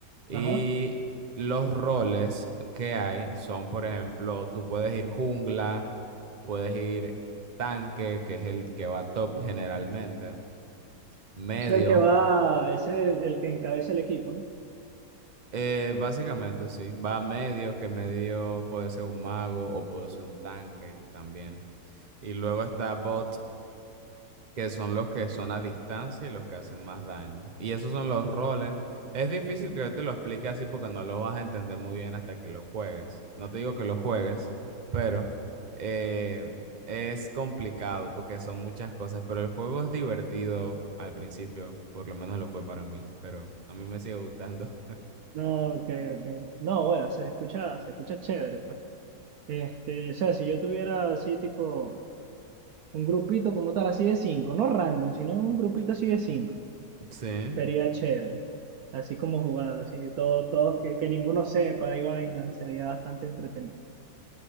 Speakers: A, on the right; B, on the right.
A: Y
B: ajá.
A: los roles que hay son, por ejemplo, tú puedes ir jungla, puedes ir tanque, que es el que va top generalmente, medio,
B: O sea, el que va, ese es el, el que encabeza el equipo, ¿no?
A: eh, básicamente sí, va medio, que medio puede ser un mago o puede ser un tanque también. Y luego está bot, que son los que son a distancia y los que hacen más daño. Y esos son los roles. Es difícil que yo te lo explique así porque no lo vas a entender muy bien hasta que lo juegues. No te digo que lo juegues, pero eh, es complicado porque son muchas cosas. Pero el juego es divertido al principio, por lo menos lo fue para mí, pero a mí me sigue gustando.
B: No, ok, ok. No, bueno, se escucha, se escucha chévere, pues. Este, o sea, si yo tuviera así tipo un grupito como tal, así de cinco, no random, sino un grupito así de cinco,
A: <laughs> Sí.
B: sería chévere. Así como jugar, así todo, todo, que, que ninguno sepa y vaina, sería bastante entretenido.